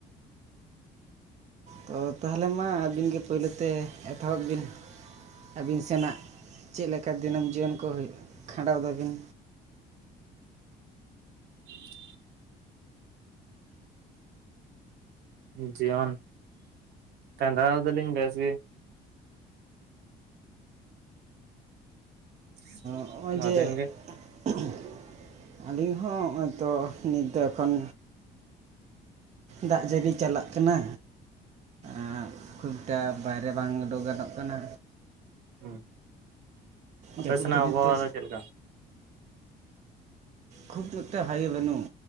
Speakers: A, on the right; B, on the right.
A: ᱛᱚ ᱛᱟᱦᱚᱞᱮ ᱢᱟ ᱟᱹᱵᱤᱱ ᱜᱮ ᱯᱳᱭᱞᱳ ᱛᱮ ᱮᱛᱚᱦᱚᱵᱚᱵ ᱵᱤᱱ ᱟᱹᱵᱤᱱ ᱥᱮᱱᱟᱜ᱾ ᱪᱮᱫ ᱞᱮᱠᱟ ᱫᱤᱱᱟᱹᱢ ᱡᱤᱭᱚᱱ ᱠᱚ ᱦᱳᱭᱳᱜ ᱠᱷᱟᱸᱰᱟᱣ ᱫᱟᱵᱤᱱ?
B: <inaudible> ᱡᱤᱭᱚᱱ ᱠᱟᱸᱰᱷᱟᱣ ᱮᱫᱟ ᱞᱤᱧ ᱵᱮᱥ ᱜᱮ᱾ <inaudible>
A: ᱦᱚᱸᱜᱼᱚᱭ ᱡᱮ
B: ᱟᱵᱮᱱ ᱜᱮ
A: ᱮᱸᱜ <unintelligible> ᱟᱹᱞᱤᱧ ᱦᱚᱸ ᱦᱚᱸᱜᱼᱚᱭ ᱛᱚ ᱱᱤᱛ ᱫᱚ ᱮᱠᱷᱚᱱ ᱫᱟᱜ ᱡᱟᱹᱨᱤ ᱪᱟᱞᱟᱜ ᱠᱟᱱᱟ᱾ ᱟᱸ ᱠᱷᱩᱵ ᱴᱟᱜ ᱵᱟᱦᱨᱮ ᱵᱟᱝ ᱩᱰᱳᱜ ᱜᱟᱱᱚᱜ ᱠᱟᱱᱟ᱾
B: ᱦᱩᱸ ᱟᱯᱮ
A: ᱡᱟᱹᱯᱩᱫ
B: ᱥᱮᱱᱟᱜ
A: ᱠᱷᱟᱹᱛᱤᱨ
B: ᱟᱵᱚ ᱣᱟᱦᱟ
A: ᱛᱮ
B: ᱫᱚ ᱪᱮᱫ ᱞᱮᱠᱟ?
A: ᱠᱷᱩᱵ ᱡᱩᱨ ᱛᱮ ᱦᱟᱭ ᱜᱮ ᱵᱟᱹᱱᱩᱜ,